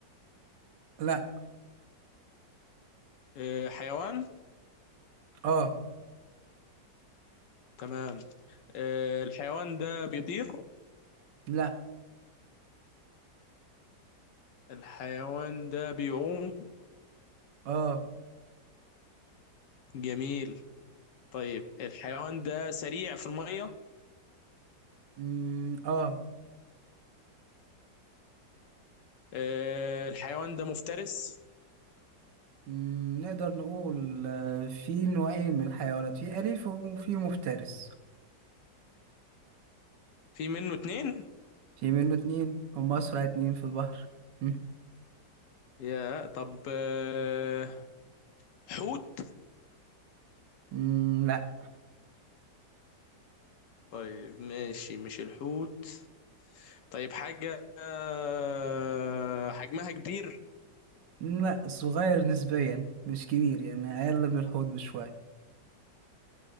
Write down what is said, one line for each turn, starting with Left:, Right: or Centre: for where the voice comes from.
Right: لا
Left: أه حيوان
Right: اه
Left: تمام أه الحيوان ده بيطير
Right: لا
Left: الحيوان ده بيعوم
Right: اه
Left: جميل طيب الحيوان ده سريع في المية
Right: مم. اه
Left: آه، الحيوان ده مفترس
Right: مم. نقدر نقول آه، في نوعين من الحيوانات في أليف وفي مفترس
Left: في منه اتنين
Right: في منه اتنين هم أسرع اتنين في البحر مم.
Left: يا طب آه، حوت
Right: مم، لا
Left: طيب ماشي مش الحوت طيب حاجة آه، حجمها كبير
Right: لا صغير نسبيا مش كبير يعني أقل من الحوض بشوية